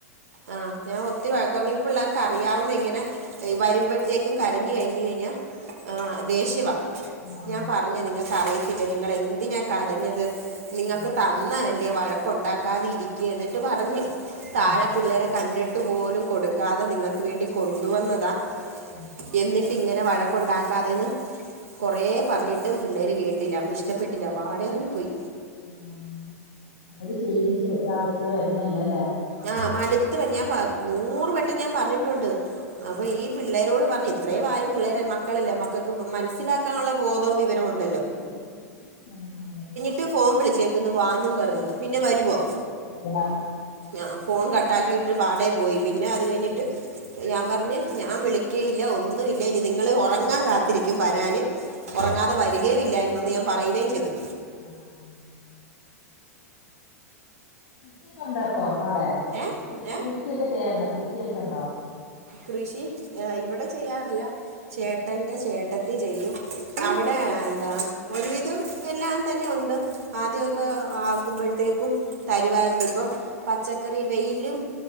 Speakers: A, on the right; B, on the left.
A: ആ ഹ് ഞാ ഒത്തിരി വഴക്കറഞ്ഞ് ഇപ്പള്ളാർക്കറിയാവുന്ന്യാ ഇങ്ങന വരുമ്പോഴ്ത്തേക്കും കരഞ്ഞഴിഞ്ഞാഴ്ഞ്ഞാ ആഹ് ദേഷ്യവാ
B: ആഹ്
A: ഞാൻ പറഞ്ഞ് നിങ്ങക്ക് അറയത്തില്ലെ നിങ്ങളെന്തിനാ കരഞ്ഞത് നിങ്ങക്ക്
B: ആഹ്
A: തന്നലെ ല്ലേ വഴക്ക്ണ്ടാക്കാതെ ഇരിക്ക് എന്നിട്ട് പറഞ്ഞു താഴെ
B: ആഹ്
A: പിള്ളേരെ കണ്ടിട്ട് പോലും കൊടുക്കാതെ നിങ്ങക്ക് വേണ്ടി കൊണ്ടുവന്നതാ
B: ഉം
A: എന്നിട്ടിങ്ങനെ വഴക്കൊണ്ടാക്കാതേന്ന് കുറേ പറഞ്ഞിട്ടും പിള്ളേര് കേട്ടില്ല അപ്പോ ശ്. ഷ്ട്ടപ്പെട്ടില്ല പാടേറിങ്ങിപ്പൊയ്
B: ആന്ന് അവര് ശീണിച്ച് അവശ്യായ് വരുന്നല്ലേല്ലേ
A: ആഹ് മട്ത്ത് ഞാൻ നൂറ് വട്ടം ഞാൻ പറഞ്ഞിട്ടുണ്ട്
B: ഉം
A: അപ്പം ഈ പിള്ളേരോട് പറഞ്ഞ് ഇത്രേ വായ പിള്ളേരെ മക്കളല്ലേ മക്കക്ക് മനസ്സിലാക്കാനൊള്ള ബോധവും വിവരോണ്ട്
B: ഉം തന്നെ
A: ട്ട് ഫോം വിളിച്ചേക്ക്ന്ന് വാന്നും പറഞ്ഞ് പിന്നെ വരുവോ
B: ഇല്ല
A: ആഹ് ഫോൺ കട്ടാക്കീട്ട് പാടേ പോയി പിന്നെ അത് കഴിഞ്ഞിട്ട്
B: ഉം
A: ഞാന് പറഞ്ഞ് ഞാൻ വിളിക്കേയില്ല ഒന്നുവില്ല ഇന്നി നിങ്ങള് ഒറങ്ങാൻ കാത്തിരിക്കും വരാന്
B: ഉം
A: ഒറങ്ങാതെ വരിഗില്ല എന്നൊന്ന് ഞാൻ പറയുകയും ചെയ്തു
B: ആഹ് കൃഷിയെക്കൊണ്ടാപ്പം അവ്ടെ
A: ഏ
B: കൃഷി
A: ഏ
B: കൃഷിയെക്കെ ചെയ്യാറുണ്ടൊ കൃഷിയൊക്കെ ഉണ്ടോ
A: കൃഷി ഏ ഇവിടെ ചെയ്യാറില്ല ചേട്ടന്റെ
B: ആഹ്
A: ചേട്ട ട്ടത്തി ചെയ്യും അവ്ടെ എന്താ ഒരുവിധം എല്ലാം തന്നെ ഉണ്ട് ആദ്യക്കെ ആക്കുമ്പോഴ്ത്തേക്കും തരുവായിരുന്ന് ഇപ്പം പച്ചക്കറി വെയിലും